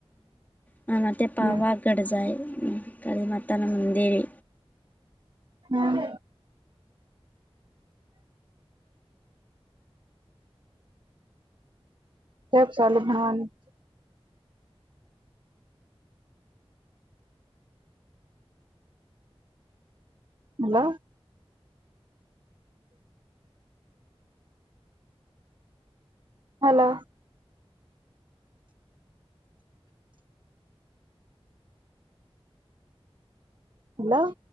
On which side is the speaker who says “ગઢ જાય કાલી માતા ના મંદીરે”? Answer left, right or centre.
Left